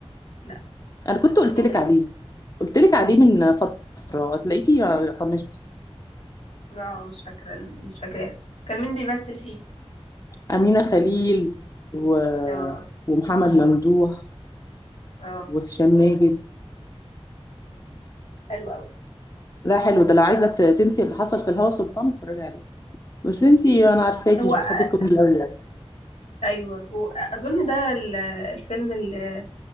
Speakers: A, on the left; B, on the left.
A: لا
B: انا كنت قلت
A: مين
B: لك
A: ال...
B: عليه قلت لك عليه من فتره هتلاقيكي طنشتي
A: اه مش فاكرة مش فاكراه كان مين بيمثل فيه
B: امينه خليل و...
A: اه
B: ومحمد ممدوح
A: اه
B: وهشام ماجد
A: حلو قوي
B: لا حلو ده لو عايزه ت- تنسي اللي حصل في الهوا سلطان اتفرجي عليه بس انتي انا عارفاكي
A: هو
B: مش
A: آه،
B: بتحبي الكوميدي قوي يعني
A: ايوه واظن ده ال- الفيلم اللي,